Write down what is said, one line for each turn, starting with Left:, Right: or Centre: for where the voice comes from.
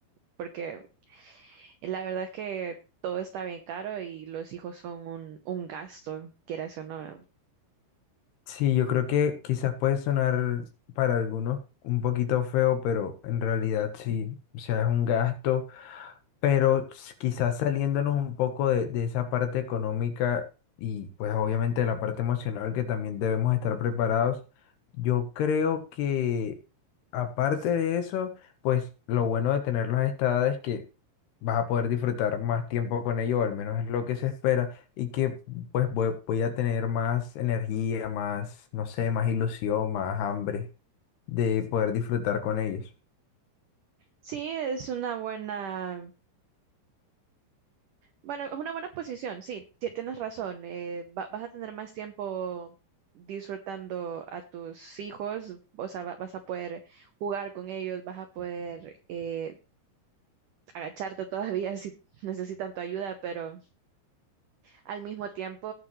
Right: porque la verdad es que todo está bien caro y los hijos son un, un gasto, quieras o no.
Left: Sí, yo creo que quizás puede sonar para algunos un poquito feo, pero en realidad sí, o sea, es un gasto, pero s- quizás saliéndonos un poco de, de esa parte económica y pues obviamente de la parte emocional que también debemos estar preparados, yo creo que aparte de eso, pues lo bueno de tenerlos a esta edad es que vas a poder disfrutar más tiempo con ellos, o al menos es lo que se espera y que pues voy, voy a tener más energía, más, no sé, más ilusión, más hambre de poder disfrutar con ellos.
Right: Sí, es una buena Bueno, es una buena posición, sí, ti- tienes razón. eh, va- vas a tener más tiempo disfrutando a tus hijos, o sea, va- vas a poder jugar con ellos, vas a poder eh, agacharte todavía <laughs> si necesitan tu ayuda, pero al mismo tiempo